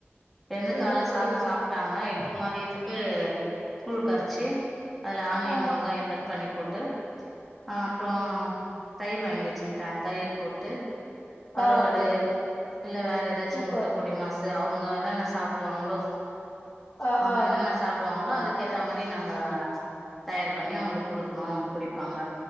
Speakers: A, in the centre; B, on the left.
A: எழ்ந்து
B: செரிங்க
A: கால்ல சாதொ
B: தோழி
A: சா ட்டாங்க இப்ப மதியத்துக்கு கூழ் கரச்சி அதுல ஆனியன்
B: ஆ
A: வெங்காயொ கட் பண்ணி போட்டு ஆ அப்றோ தயிர் வாங்கி வச்சிருக்கே தயிர் போட்டு கருவாடு
B: ஆ
A: இல்ல வேற எதாச்சு
B: சூப்பர்
A: முட்ட பொடிமாஸ் து அவுங்க என்னென்ன சாப்டுவாங்ளோ
B: ஆ
A: அவுங்க
B: ஆ
A: என்னன்ன சாப்டுவாங்ளோ அதுக்கேத்த மாரி நாங்க தயார் பண்ணி அஉவங்களுக்கு குடுக்கனு அவுங் குடிப்பாங்க